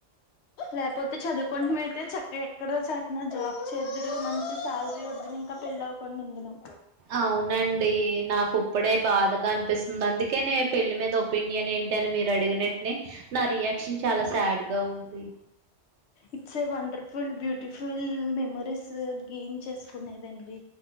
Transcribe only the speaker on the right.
అవునండి నాకు ఇప్పుడే బాధగా అనిపిస్తుంది అందుకేనే పెళ్ళి మీద ఒపీనియన్ ఏంటి అని మీరు అడిగినట్నె నా రియాక్షన్ చాలా సాడ్గా ఉంది